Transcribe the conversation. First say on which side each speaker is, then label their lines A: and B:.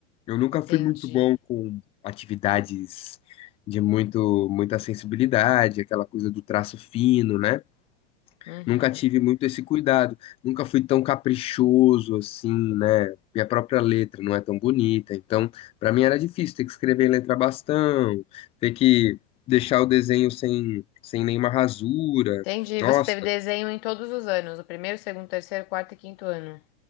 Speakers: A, on the left; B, on the left.
A: Eu nunca
B: Entendi.
A: fui muito bom com atividades de muito muita sensibilidade, aquela coisa do traço fino, né?
B: Uhum.
A: Nunca tive muito esse cuidado, nunca fui tão caprichoso assim, né? Minha própria letra não é tão bonita, então para mim era difícil ter que escrever em letra bastão, ter que deixar o desenho sem, sem nenhuma rasura.
B: Entendi.
A: Nossa,
B: Você teve desenho em todos os anos, o primeiro, segundo, terceiro, quarto e quinto ano.